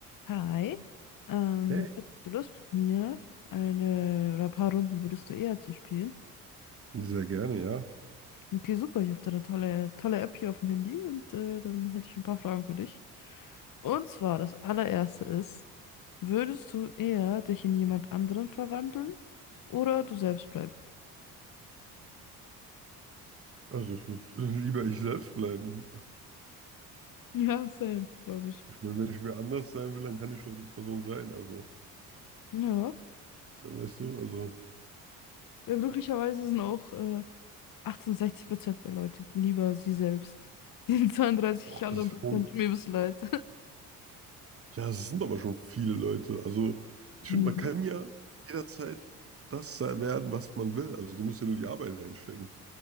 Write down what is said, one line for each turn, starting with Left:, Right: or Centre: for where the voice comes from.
Left: Hi, ähm,
Right: Hey,
Left: hättest du Lust mit mir eine oder ein paar Runden würdest du eher zu spielen?
Right: sehr gerne, ja.
Left: Okay, super, ich habe da eine tolle, tolle App hier auf dem Handy und äh, dann hätte ich ein paar Fragen für dich. Und zwar, das allererste ist, würdest du eher dich in jemand anderen verwandeln oder du selbst bleiben?
Right: Also ich würde <laughs> lieber ich selbst bleiben.
Left: Ja, same, glaube ich.
Right: Ich meine, wenn ich wer anders sein will, dann kann ich doch die Person sein. Also,
Left: Ja,
Right: äh, weißt du, also,
Left: ja, glücklicherweise sind auch äh, 68 Prozent der Leute lieber sie selbst. <laughs> Die 32
Right: boah,
Left: anderen
Right: das ist
Left: Prozent
Right: schon,
Left: tun mir bis leid.
Right: ja, es sind aber schon viele Leute. Also, ich
Left: <laughs>
Right: finde, man kann ja jederzeit das sein- werden, was man will. Also, du musst ja nur die Arbeit reinstecken.